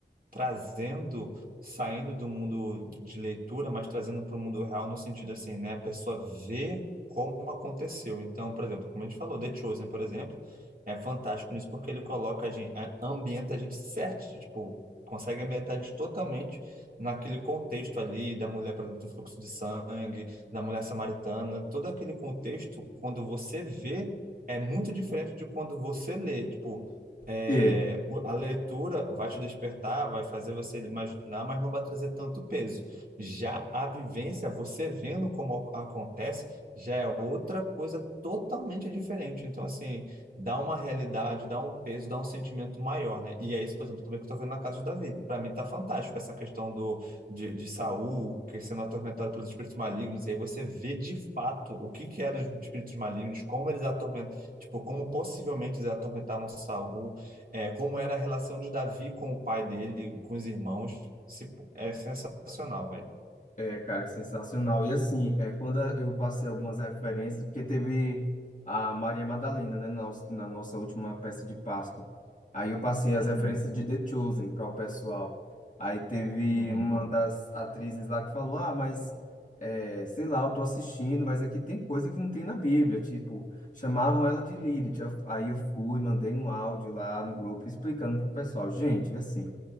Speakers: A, on the right; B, on the left.
A: trazendo, saindo do mundo de leitura, mas trazendo para o mundo real no sentido assim, né? A pessoa vê como aconteceu. Então, por exemplo, como a gente falou, The Chosen, por exemplo, é fantástico nisso porque ele coloca a gente, a- ambienta a gente certo, tipo, consegue ambientar a gente totalmente naquele contexto ali da mulher, por exemplo, do fluxo de sangue, da mulher samaritana, todo aquele contexto, quando você vê, é muito diferente de quando você lê, tipo é,
B: É.
A: o- a leitura vai te despertar, vai fazer você imaginar, mas não vai trazer tanto peso. Já a vivência, você vendo como ac- acontece, já é outra coisa totalmente diferente. Então, assim, dá uma realidade, dá um peso, dá um sentimento maior, né? E é isso, por exemplo, também que eu tô vendo na casa do Davi. Para mim tá fantástico essa questão do, de, de Saul que sendo atormentado pelos espíritos malignos, e aí você vê de fato o que que eram os espíritos malignos, como eles atormentam, tipo, como possivelmente eles atormentavam Saul é, como era a relação de Davi com o pai dele, com os irmãos, se- é sensacional, velho.
B: É, cara, é sensacional. E assim, é, quando eu passei algumas referências, porque teve a Maria Madalena, né, na, na nossa última peça de Páscoa. Aí eu passei as
A: Uhum,
B: referências de The Chosen para o pessoal. Aí teve
A: uhum,
B: uma das atrizes lá que falou: Ah, mas é, sei lá, eu tô assistindo, mas aqui tem coisa que não tem na Bíblia. Tipo, chamavam ela de Lilith. Aí eu fui, mandei um áudio lá no grupo explicando pro pessoal: Gente, assim.